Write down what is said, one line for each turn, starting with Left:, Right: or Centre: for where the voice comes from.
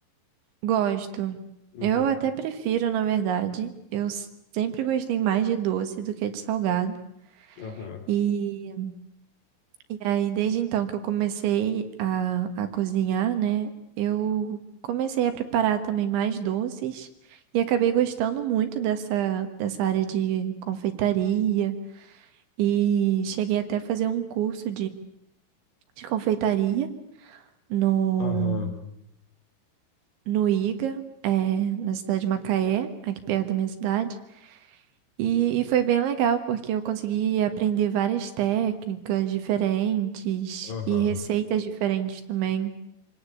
Right: Gosto.
Left: Uhum.
Right: Eu até prefiro, na verdade. Eu s- sempre gostei mais de doce do que de salgado.
Left: Aham.
Right: E, e aí, desde então que eu comecei a, a cozinhar, né? Eu comecei a preparar também mais doces e acabei gostando muito dessa, dessa área de confeitaria. E cheguei até a fazer um curso de confeitaria no,
Left: Aham.
Right: no IGA, é, na cidade de Macaé, aqui perto da minha cidade. E, e foi bem legal, porque eu consegui aprender várias técnicas diferentes
Left: Aham.
Right: e receitas diferentes também.